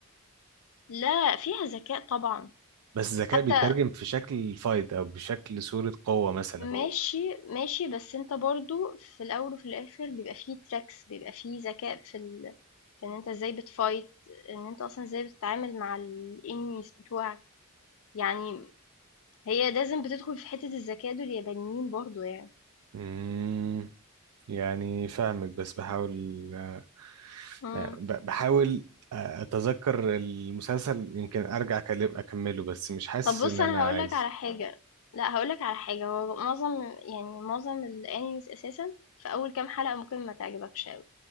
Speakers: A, on the left (about 65°); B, on the right (about 80°).
A: لا فيها ذكاء طبعا،
B: بس الذكاء
A: حتى
B: بيترجم في شكل فايت او بشكل صورة قوة مثلا
A: ماشي ماشي بس أنت برضو في الأول وفي الآخر بيبقى فيه تراكس بيبقى فيه ذكاء في ال... في إن أنت إزاي بتفايت، إن أنت أصلا إزاي بتتعامل مع الإنميز بتوعك. يعني هي لازم بتدخل في حتة الذكاء دول اليابانيين برضو يعني
B: امم يعني فاهمك بس بحاول آه،
A: امم
B: ب- بحاول آه، اتذكر المسلسل يمكن ارجع أكل- اكمله بس مش حاسس
A: طب بص
B: ان انا
A: انا هقولك
B: عايز
A: على حاجة لا هقولك على حاجة هو معظم يعني معظم الانيميز اساسا في اول كام حلقة ممكن ما تعجبكش قوي